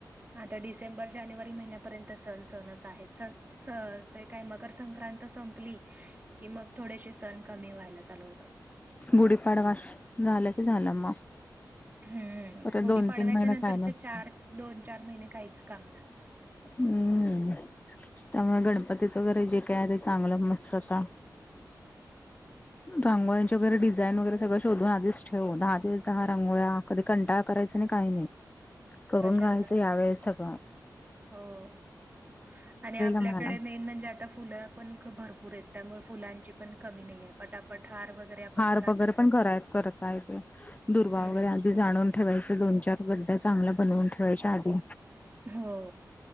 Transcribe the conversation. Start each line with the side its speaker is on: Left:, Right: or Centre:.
Right: आता डिसेंबर-जानेवारी महिन्यापर्यंतच सण-सणच आहे चल च, ते काय मकर संक्रांत संपली की मग थोडेशे सण कमी व्हायला चालू होतात.
Left: गुढीपाडवा श झालं की झालं मग.
Right: हम्म
Left: परत
Right: गुढीपाडव्याच्या
Left: दोन तीन महिने
Right: नंतरचे
Left: काय नसतं.
Right: चार, दोन-चार महिने काहीच काम नसतं.
Left: हम्म त्यामुळे गणपतीत वगैरे जे काय आहे, ते चांगलं मस्त आता रांगोळ्यांच्या वगैरे डिझाईन वगैरे सगळं शोधून आधीच ठेव, दहा दिवस दहा रांगोळ्या कधी कंटाळा करायचा नाही, काही नाही, करून
Right: कशाला
Left: घ्यायचं यावेेळेस सगळ.
Right: हो आणि आपल्याकडे
Left: म्हणाला.
Right: मेन म्हणजे आता फुलं पण खप भरपूर ये, त्यामुळ फुलांची पण कमी नहीे, पटापट हार वगैरे आपण
Left: हार
Right: घरातच
Left: वगैरे पण
Right: बनवूया.
Left: घरात करत आहे, ते दुर्वा
Right: हम्म
Left: वगैरे जाणून ठेवायच, दोन चार गड्ड्या चांगल्या बनवून ठेवायच्या आधी.
Right: हो